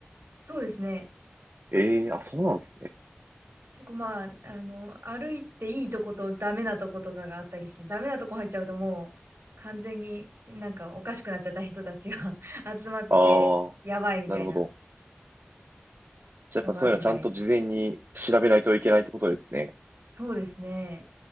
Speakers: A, on the right; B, on the right.
A: そうですね。
B: ええーあ、そうなんですね。
A: 結構まあ、あの、歩いていいとことダメなとことかがあったりして、ダメなとこ入っちゃうともう完全になんかおかしくなっちゃった人たちが <laughs> 集まってて、
B: ああ、
A: やばいみたいな
B: なるほど。じゃあやっぱそういうのはちゃんと事前に調べないといけないってことですね。
A: のがあるみたい。そうですね。